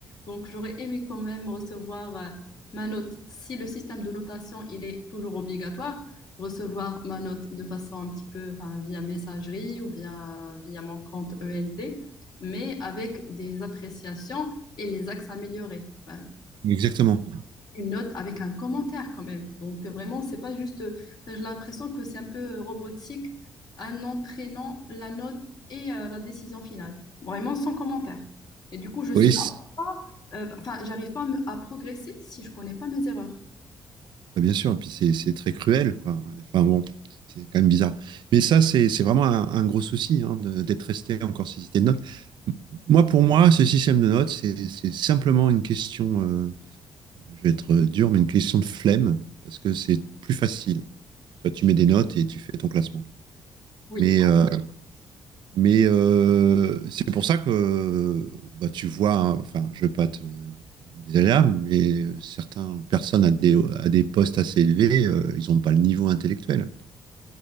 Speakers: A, on the left (about 50°); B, on the right (about 60°).
A: Donc, j'aurais aimé quand même recevoir euh, ma note. Si le système de notation, il est toujours obligatoire, recevoir ma note de façon un petit peu enfin, via messagerie ou bien via mon compte ENT, mais avec des appréciations et les axes améliorés. Ben,
B: exactement.
A: une note avec un commentaire quand même. Donc vraiment, c'est pas juste. enfin, J'ai l'impression que c'est un peu robotique, un nom, prénom, la note et euh, la décision finale. Vraiment sans commentaire. Et du coup, je sais,
B: Oui, c'est-
A: pas, euh, enfin, j'arrive pas à, me- à progresser si je connais pas mes erreurs.
B: bah, bien sûr. Et puis c'est c'est très cruel, quoi. Enfin bon, c'est quand même bizarre. Mais ça, c'est c'est vraiment un, un gros souci hein, de- d'être resté encore sur ce système de notes. M- Moi, pour moi, ce système de notes, c'est c'est simplement une question. euh, je vais être dur, mais une question de flemme parce que c'est plus facile. Toi, tu mets des notes et tu fais ton classement.
A: Oui,
B: Mais, euh, mais euh, c'est pour ça que bah, tu vois, hein, enfin, je ne veux pas te désagréable, mais certaines personnes à des, à des postes assez élevés, euh, ils n'ont pas le niveau intellectuel.